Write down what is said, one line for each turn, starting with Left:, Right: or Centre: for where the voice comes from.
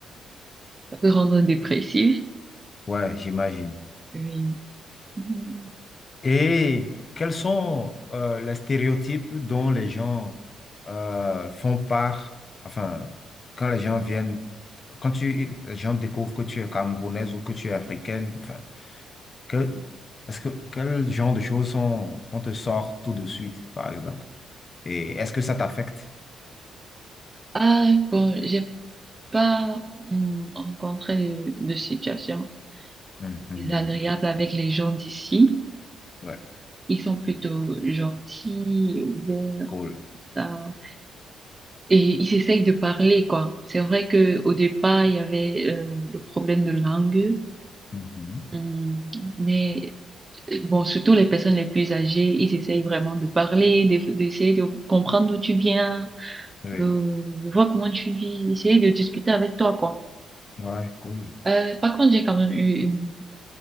Right: ça peut rendre dépressif.
Left: Ouais, j'imagine.
Right: Oui. Mhm.
Left: Et quels sont euh, les stéréotypes dont les gens euh, font part, enfin, quand les gens viennent, quand tu, les gens découvrent que tu es camerounaise ou que tu es africaine, enfin, que, est-ce que, quel genre de choses sont, on te sort tout de suite, par exemple? Et est-ce que ça t'affecte?
Right: Ah, bon, j'ai pas hum, rencontré de, de situation
Left: Mhm.
Right: désagréable avec les gens d'ici.
Left: Ouais,
Right: Ils sont plutôt gentils, ouverts,
Left: cool.
Right: tout ça. Et ils essayent de parler, quoi. C'est vrai que au départ, il y avait euh, le problème de langue.
Left: Mhm.
Right: Hum, Mais Bon, surtout les personnes les plus âgées, ils essayent vraiment de parler, de- d'essayer de, comprendre d'où tu viens,
Left: Oui,
Right: de, de voir comment tu vis, essayer de discuter avec toi, quoi.
Left: ouais, cool.
Right: Euh, par contre, j'ai quand même eu une